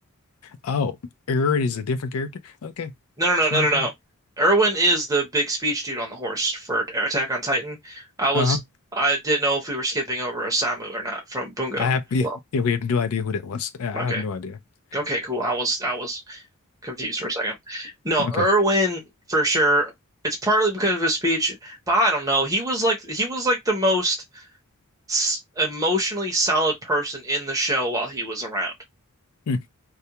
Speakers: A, on the left; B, on the right.
A: oh, Era is a different character? Okay.
B: No, no, no,
A: It's
B: no,
A: my
B: no,
A: bad.
B: no. Erwin is the big speech dude on the horse for Attack on Titan. I was,
A: Uh-huh.
B: I didn't know if we were skipping over Osamu or not from Bungo.
A: I have yeah,
B: Well,
A: yeah, we have no idea who that was. I I
B: okay,
A: have no idea. <laughs>
B: okay, cool. I was, I was confused for a second. No,
A: Okay.
B: Erwin for sure. It's partly because of his speech, but I don't know. He was like, he was like the most s- emotionally solid person in the show while he was around.
A: Hmm.